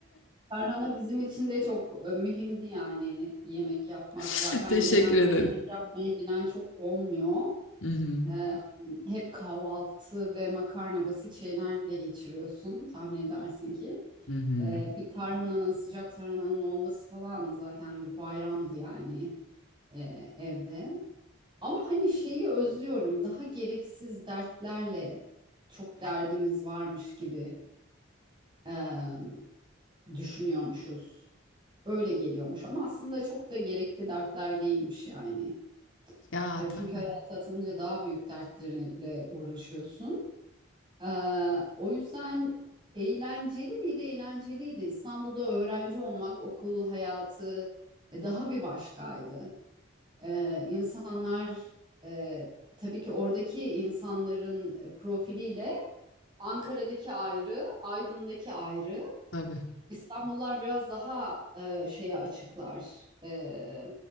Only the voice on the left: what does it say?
<laughs>
Teşekkür
ederim.
Hı hı.
Hı hı.
Ya
tabii
tabii